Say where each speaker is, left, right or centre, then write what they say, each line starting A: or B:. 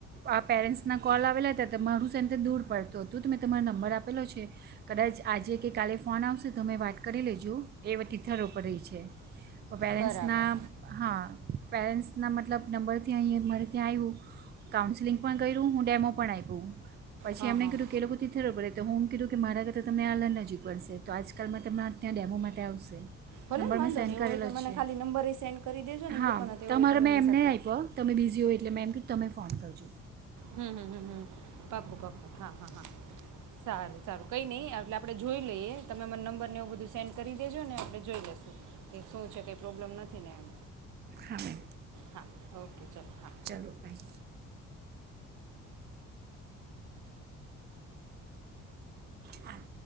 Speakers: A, on the right; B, on the right.
A: આ પેરેન્ટ્સના કોલ આવેલા હતા તો મારું સે દૂર પડતું હતું તો મેં તમારો નંબર આપેલો છે કદાચ આજે કે કાલે ફોન આવશે તમે વાત કરી લેજ જો એ વતી <unintelligible> છે પર પેરેન્ટ્સના
B: બરાબર
A: હા પેરેન્ટ્સ ના મતલબ નંબરથી અહીં મારે ત્યાં આયવુ કાઉન્સેલિંગ પણ કર્યું હું ડેમો પણ આયપુ. પછી
B: હા
A: અમને
B: હા
A: કીધુ કે એ લોકો તીથલ ઉપર રેય તો હું કીધું કે મારા કરતાં તમને આલા નજીક પડશે તો આજકાલમાં તમણા ત્યાં ડેમો માટે આવશે.
B: ભલે
A: નંબર
B: ને વાંધો
A: મેં સેન્ડ
B: નહીં એવું
A: કરેલો
B: હોય તો મને
A: જ છે
B: ખાલી નંબર સેન્ડ કરી દેજોને
A: હા
B: ઈ લોકોને હાથે
A: તમારો
B: હું તો હું
A: મેં
B: એમની
A: એમનેય
B: સાથે
A: આપયો તમે બીઝી હોય એટલે મે એમ તમે ફોન કરજો.
B: હહહહ પાકું પાકું હા હા હા. સારું ચાલો કંઈ નહી એટલે આપડે જોઈ લઈએ તમે મરા નંબરને એવું બધું સેન્ડ કરી દેજો ને આપડે જોઈ લેશુ. શું છે કંઈ પ્રોબ્લેમ નથી ને એમ
A: ખણ
B: હા ઓકે ચલો હા
A: ચલો બાઈ. આન.